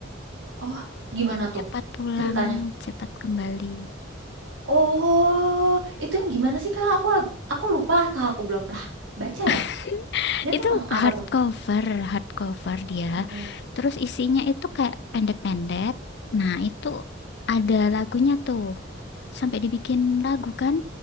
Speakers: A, on the right (about 85°); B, on the left (about 60°).
A: Oh, gimana
B: Yang
A: tuh
B: cepat pulang,
A: ceritanya?
B: cepat kembali.
A: Oh, itu yang gimana sih Kak? Aku ag- aku lupa atau aku belum pernah baca ya.
B: <laughs>
A: Dia
B: Itu
A: tentang apa
B: hardcover,
A: tuh?
B: hardcover dia.
A: Mm-mm.
B: Terus isinya itu kayak pendek-pendek. Nah, itu ada lagunya tuh. Sampai dibikin lagu kan